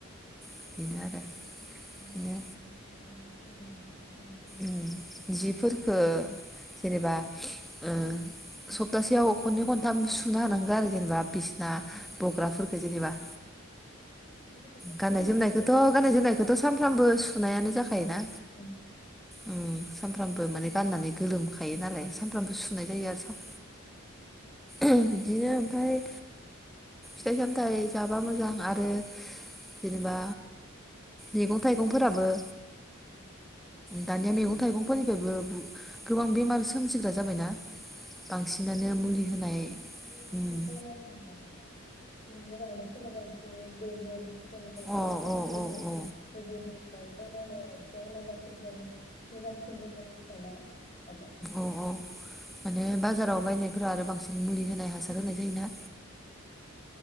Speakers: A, in the centre; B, on the left (about 30°).
A: उम।
B: <unintelligible>
A: बेनो आरो बिदिनो उम जि फोरखो जेनेबा ओ सप्तासेयाव खनै खनथाम सुना हानांगो आरो जेनेबा बिसना बग्राफोरफोरखो जेनेबा।
B: बिदिबाथ'
A: गाननाय
B: जेनेबा
A: जोमनायखौथ'
B: दिनै
A: गाननाय
B: दिनै
A: जोमनायखौथ'
B: उन्दुनायखो
A: सानफ्रामबो सुनायानो
B: ओं
A: जाखायोना
B: उम
A: उम सानफ्रामबो माने गाननानै गोलोमखायो नालाय सानफ्रामबो सुनाय जायो आरो सा
B: <inaudible>
A: ओम बिदिनो ओमफाय फिथाइ सामथाय जाबा मोजां आरो जेनेबा मैगं थाइगंफोराबो
B: <inaudible>
A: दानिया मैगं थाइगंफोरनिफ्रायबो गोबां बेमार सोमजिग्रा जाबायना? बांसिनानो
B: हासारनिफ्राय
A: मुलि होनाय
B: बुहुद‌
A: उम
B: बानायोना दानिया नयाव गायनायफोराबा एसे गोबोर जेनेबा
A: अ
B: बुहद मोसौनि
A: अ अ अ
B: गोबोरनिफ्राय बानायनाया एसे आलादासिन जायो। मोजांसिन देहानि थाखाय ना आब'।
A: औ
B: ओरैनो
A: औ माने बाजाराव बायनायफोरा आरो बांसिन मुलि होनाय हासार होनाय जायोना?